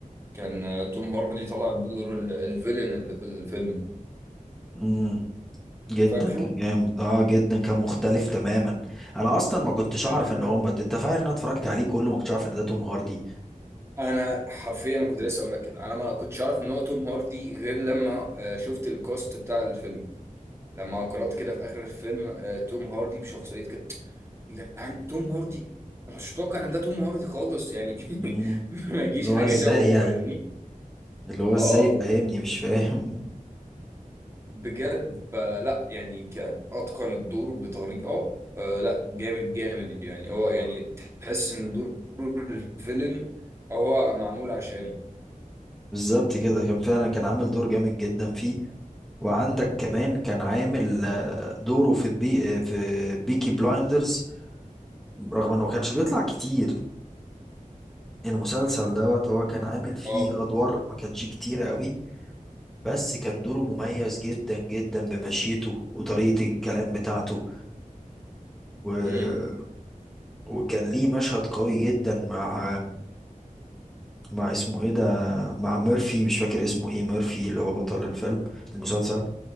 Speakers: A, on the right; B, in the centre.
A: كان آه، توم هاردي طلع بدور ال- الفيلن اللي في الفيلم
B: امم جدا
A: فاكره
B: كان جامد اه جدا كان مختلف تماما انا اصلا ما كنتش
A: تماما
B: اعرف ان هم انت عارف ان انا اتفرجت عليه كله ما كنتش عارف ان ده توم هاردي
A: انا حرفيا انا كنت لسه اقول لك كده انا ما كنتش اعرف ان هو توم هاردي غير لما آه، شفت الكاست بتاع الفيلم لما قرأت كده في آخر الفيلم آه، توم هاردي بشخصية ده عن توم هاردي أنا مش متوقع ان ده توم هاردي خالص يعني <laughs>
B: امم
A: ما يجيش
B: اللي
A: حاجه
B: هو ازاي
A: شبهه
B: يعني
A: فاهمني
B: اللي هو ازاي
A: اه
B: فاهمني مش فاهم
A: بجد فلا يعني ك- اتقن الدور بطريقه آه لا جامد جامد يعني هو يعني تحس ان دور الفيلن هو معمول عشانه
B: بالظبط كده كان فعلا كان عامل دور جامد جدا فيه وعندك كمان كان عامل آه، دوره في بي آه، في بيكي بلايندرز رغم انه ما كانش بيطلع كتير المسلسل دوت هو كان عامل فيه
A: اه
B: ادوار ما كانتش كتيرة قوي بس كان دوره مميز جدا جدا بمشيته وطريقة الكلام بتاعته و...
A: امم
B: وكان ليه مشهد قوي جدا مع مع اسمه ايه ده مع ميرفي مش فاكر اسمه ايه ميرفي اللي هو بطل الفيلم المسلسل